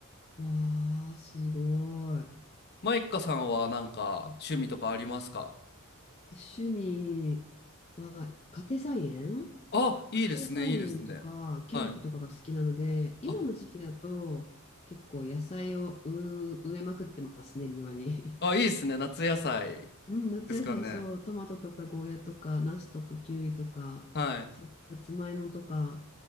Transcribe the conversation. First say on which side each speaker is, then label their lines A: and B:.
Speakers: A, on the left; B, on the left.
A: わあ、すごい。
B: マイカさんはなんか趣味とかありますか
A: すごい趣味。私、趣味は、家庭菜園
B: あ、いいですね、
A: 家庭菜園とか、
B: いいですね。
A: キャンプとかが好きなので、
B: はい。
A: 今の時期だと、
B: あ、
A: 結構野菜をう植えまくってますね、庭に。
B: あ、いいですね。夏野菜
A: うん、夏野菜、
B: ですかね。
A: そう、トマトとかゴーヤとか、ナスとかキュウリとか、
B: はい。
A: さ、さつまいもとか、